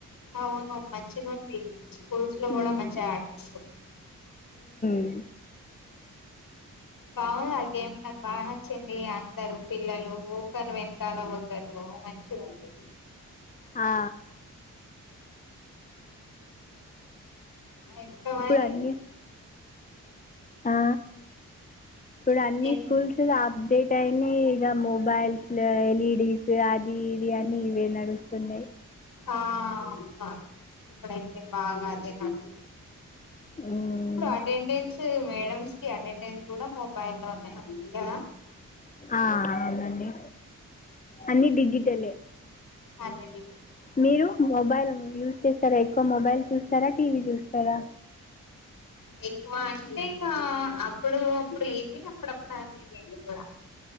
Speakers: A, on the left; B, on the left.
A: అవును మంచిగుంది స్కూల్స్ లో కూడా
B: మ్మ్.
A: మంచిగా ఆడ్పిస్తుర్రు
B: మ్
A: బాగుంది ఆ గేమ్ నాకు బాగా నచ్చింది అందరు పిల్లలు ఒకరు వెనకాల ఓక్ కరు మంచిగుంది
B: ఆ,
A: ఇంత మరీ
B: ఇప్పుడు అన్ని ఆ ఇప్పుడు అన్ని
A: ఏం
B: స్కూల్స్ గ అప్డేట్ అయినయ్ ఇక మొబ్ మొబైల్స్లో ఎల్ఈడీస్ అది ఇది అని ఇవే నడుస్తున్నాయి
A: బాగ ఇక్కడైతే బాగా అదే నడుస్తు
B: ఉమ్,
A: ఇప్పుడు అటెండెన్స్ మేడమ్స్ కి అటెండెన్స్ కూడా మొబైల్ లోనే ఉంది కదా
B: ఆ అవునండి అన్ని డిజిటలే
A: అదేలే
B: మీరు మొబైల్ యూస్ చేస్తారా ఎక్కువ మొబైల్ చూస్తారా టీవీ చూస్తారా
A: ఎక్కువ అంటే ఇంకా అప్పుడు అప్పుడు ఏది అప్పుడప్పుడు అది కూడా